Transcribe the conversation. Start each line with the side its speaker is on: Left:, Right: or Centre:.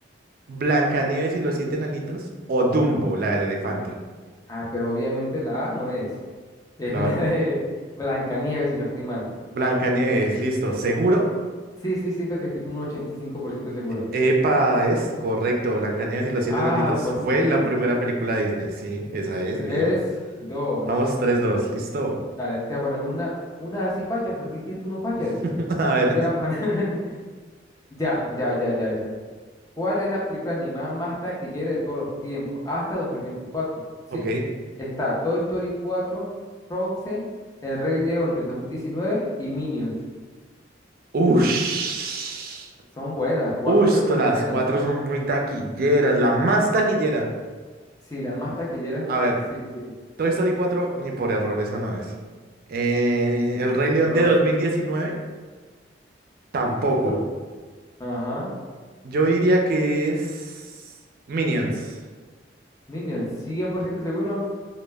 Right: Blancanieves y los siete enanitos o Dumbo, la del elefante?
Left: Ah, pues obviamente la A no es. Es
Right: La
Left: la de <laughs> Blancanieves, si no estoy mal.
Right: Blancanieves, listo, ¿seguro?
Left: Sí, sí, siento que estoy como un 85% seguro.
Right: Epa, es correcto. Blancanieves y los siete
Left: Ah,
Right: enanitos
Left: por
Right: fue
Left: fin.
Right: la primera película de Disney. Sí, esa es,
Left: Tres,
Right: bien.
Left: dos.
Right: Vamos, tres dos, listo.
Left: Dale, te voy a poner una, una a ver si falla, porque es que tú no fallas.
Right: <laughs> A ver,
Left: Te voy a poner... <laughs> Ya, ya, ya, ya, ya. ¿Cuál es la película animada más taquillera de todos los tiempos? Hasta 2024? ¿sí?
Right: ok.
Left: Está Toy Story 4, Frozen, El Rey León del 2019 y Minions.
Right: Ush.
Left: Son buenas, cuatro
Right: Ush,
Left: películas
Right: to- las
Left: buenas.
Right: cuatro son muy taquilleras, la más taquillera.
Left: Sí, la más taquillera. está-
Right: A ver,
Left: Sí, sí.
Right: Toy Story cuatro ni por error, esa no es. Eh, El Rey León
Left: Bro,
Right: de 2019, tampoco.
Left: es tu- Ajá.
Right: Yo diría que es Minions.
Left: Minion, sí, 100% seguro.